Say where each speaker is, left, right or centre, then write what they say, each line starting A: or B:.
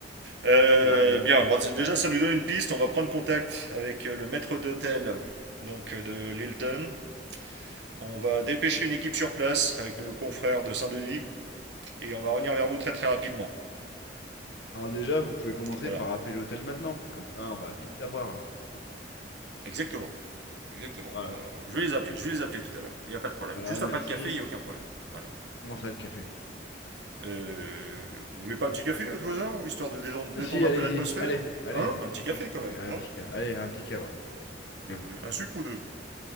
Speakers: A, on the right (about 75°); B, on the left (about 75°).
A: Euh,
B: surtout la réunion.
A: bien, bon, c'est- déjà ça nous donne une piste, on va prendre contact avec euh, le maître d'hôtel donc euh, de l'Hilton. On va dépêcher une équipe sur place avec nos confrères de Saint-Denis et on va revenir vers vous très très rapidement.
B: Alors déjà, vous pouvez commencer
A: Voilà,
B: par appeler l'hôtel maintenant. Comme ça, on va vite savoir là. hein.
A: exactement. Exactement.
B: Voilà,
A: On- on- Je vais les appeler, je vais les appeler tout à l'heure. Il n'y a pas de problème.
B: voilà,
A: Juste
B: merci.
A: après le café, il n'y a aucun problème. Voilà.
B: Comment ça le café?
A: Euh, vous voulez pas un petit café à tout hasard, histoire de détendre,
B: Ah
A: détendre
B: si, allez-y,
A: un peu l'atmosphère
B: allez, allez,
A: Hein Un petit café
B: un petit café,
A: quand même,
B: allez,
A: hein
B: un petit ca, allez, un
A: Voilà.
B: petit kawa. Allez, soyons
A: Euh,
B: fous.
A: Un sucre ou deux